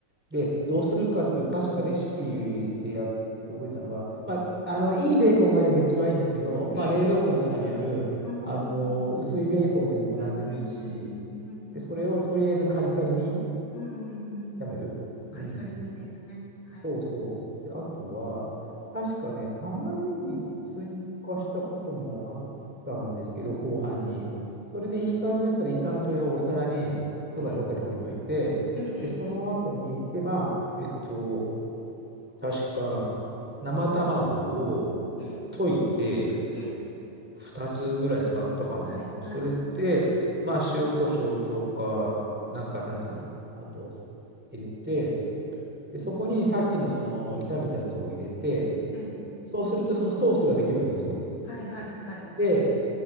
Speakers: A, in the centre; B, on the left.
A: で、どうするかっていう、確かレシピでやっ覚えたのは、
B: うん。
A: まあ、あの、いいベーコンがあれば一番いいんですけど、
B: ええ。
A: まあ、冷蔵庫の中にある、
B: ええうんうんうん。
A: あの、薄いベーコンでも何でもいいし、
B: うんうんうんうん。
A: で、それをとりあえずカリカリに
B: うんうんうんうん。
A: 炒める。
B: カリカリにですね。
A: うん。
B: はい。
A: そうそう。で、あとは、確かね、玉ねぎ追加したこともあったんですけど、
B: うん、
A: 後半に。
B: うん、うん、うん。
A: それでいい感じだったら、
B: うん
A: 一旦それをお皿に、
B: ええ、
A: とかどっかに置いといて、
B: ええ、
A: で、その後に、で、まあ、えっと、確か、生卵を
B: ええ、ええ、
A: 溶いて、
B: ええ
A: 2つぐらい使ったかな。
B: はい、はい、
A: それで、まあ、塩コショウとか、なんか、なんていうのあと、入れて、で、そこにさっきのその炒めたやつを入れて、
B: ええ、
A: そうするとそのソースができるわけです、そこに。
B: はい、はい、はい、
A: で、